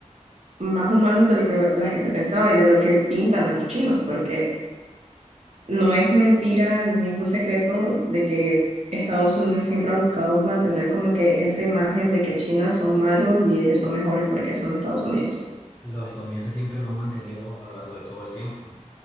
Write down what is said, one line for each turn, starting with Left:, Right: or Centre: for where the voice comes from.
Right: más humanos de lo que la gente pensaba y de lo que pintan a los chinos, porque... No es mentira ni es un secreto de que Estados Unidos siempre ha buscado mantener como que esa imagen de que China son malos y ellos son mejores porque son Estados Unidos.
Left: Los estadounidenses siempre lo han mantenido a lo largo de todo el tiempo.